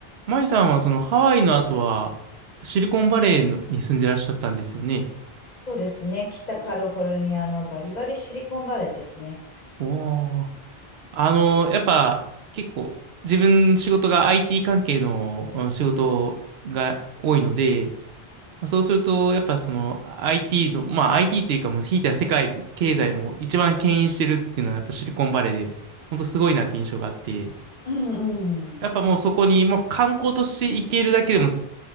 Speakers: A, on the right; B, on the left.
A: マイさんはそのハワイの後はシリコンバレーのに住んでらっしゃったんですよね。
B: そうですね。北カリフォルニアのバリバリシリコンバレーですね。
A: おー。あの、やっぱ結構自分仕事が IT 関係のうん仕事が多いので、そうするとやっぱその IT の、まあ IT というかもうひいては世界経済も一番牽引してるっていうのはやっぱシリコンバレーで本当すごいなって印象があって、
B: うんうん。
A: やっぱもうそこにもう観光として行けるだけでも